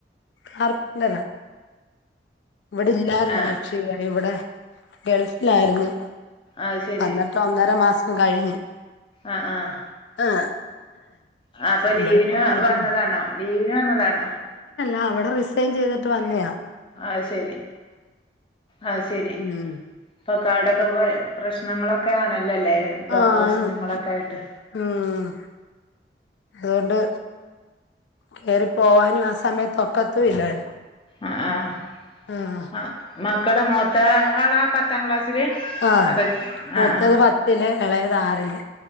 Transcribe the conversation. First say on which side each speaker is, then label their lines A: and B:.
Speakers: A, on the left; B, on the left.
A: കാർപെന്റ്റാ ഇവിടെ ഇല്ലായിരുന്നു
B: ആഹ്
A: കക്ഷി ഇവിടെ ഗൾഫ് ല്ലായിരുന്നു.
B: അത് ശരി
A: വന്നിട്ട് ഒന്നര മാസ് കഴിഞ്ഞ്.
B: ആഹ് ആഹ്.
A: ആഹ്.
B: ആ അപ്പൊ
A: ഇവിടെ
B: ലീവിന്
A: ഇപ്പ പണിക്ക്
B: വന്നതാണോ
A: പോണ്
B: ലീവിന് വന്നതാണോ?
A: ആ അവിടെ റിസൈൻ ചെയ്തിട്ട് വന്നതാ.
B: അത് ശരി അത് ശരി
A: ഉം
B: പ്പൊ കടൊക്കെ പോയോ. പ്രശ്നങ്ങളൊക്കെ ആണല് അല്ലല്ലേ എന്തോ
A: ആന്ന്
B: പ്രശ്നങ്ങളൊക്കെ ആയിട്ട്.
A: ഉം അതുകൊണ്ട് കേറി പോവാനും ആ സമയത്തൊക്കത്തും ഇല്ലായിരുന്നു.
B: ആഹ് ആഹ് ആ
A: ആഹ്
B: മക്ക് മക്കള് മുത്ത ആള് പത്താം ക്ലാസ്സ്‌ സ്സില്
A: ആഹ്
B: അത്
A: മൂത്തത്
B: ആ ആ
A: പത്തില് ഇളയത് ആറില്